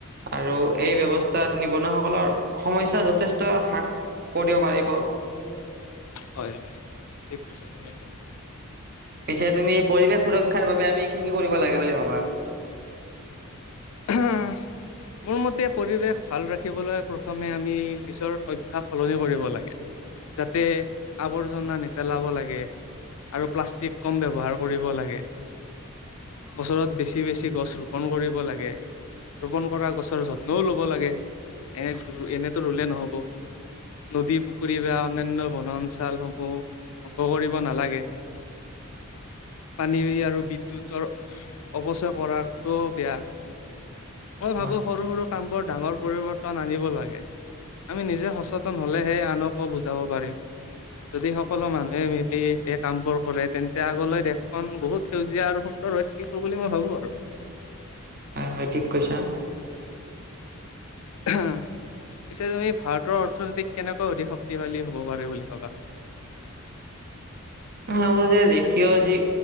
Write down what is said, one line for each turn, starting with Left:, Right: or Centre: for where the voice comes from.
Right: আৰু এই ব্যৱস্থাত
Left: অ',
Right: নিবনুৱাসকলৰ সমস্যা যথেষ্ট হ্ৰাস কৰিব পাৰিব।
Left: হয় হয় হয় ঠিক কৈছা তুমি এইটো।
Right: পিছে তুমি পৰিৱেশ সুৰক্ষাৰ বাবে আমি কি কি কৰিব লাগে বুলি ভবা?
Left: আহ। মোৰ মতে পৰিৱেশ ভাল ৰাখিবলৈ প্ৰথমে আমি নিজৰ অভ্যাস সলনি কৰিব লাগে। যাতে আৱৰ্জনা নেপেলাব লাগে। আৰু প্লাষ্টিক কম ব্যৱহাৰ কৰিব লাগে। বছৰত বেছি বেছি গছ ৰোপন কৰিব লাগে ৰোপন কৰা গছ। ৰ যত্নও ল'ব লাগে এ এনেতো ৰুলে নহ'ব। নদী পুখুৰী বা অনান্য বনা অঞ্চলসমূহ ধ্বংস কৰিব নালাগে।
Right: হয়।
Left: পানী আৰু বিদ্য়ুতৰ অৱচয় কৰাটো বেয়া মই
Right: হয়।
Left: ভাবো সৰু সৰু কামবোৰ ডাঙৰ পৰিৱৰ্তন আনিব লাগে আমি নিজে সচেতন হলেহে আনকো বুজাব পাৰিম যদি সকলো মানুহে মিলি এই কাম বোৰ কৰে তেন্তে আগলৈ দেশখন বহুত সেউজীয়া আৰু সুন্দৰ হৈ থাকিব বুলি মই ভাবো আৰু
Right: হয় হয় ঠিক কছা
Left: হা পিছে তুমি ভাৰতৰ অৰ্থনীতিক কেনেকৈ অধিক শক্তিশালী হ'ব পাৰে বুলি ভাবা
Right: নহো যে দেখি আ যি